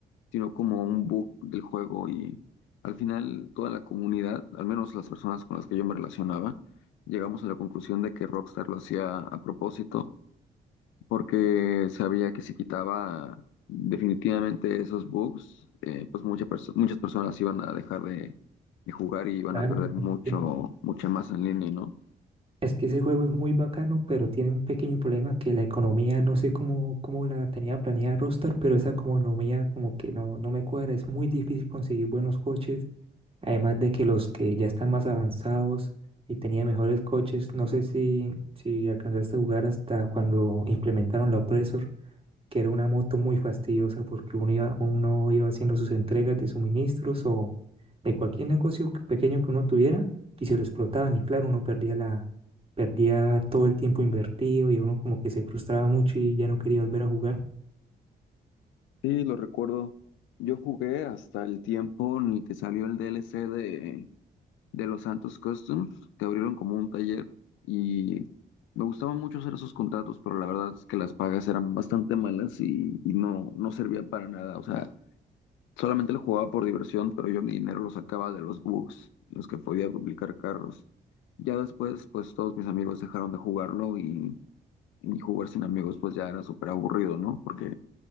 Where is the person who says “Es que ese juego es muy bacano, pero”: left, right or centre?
Right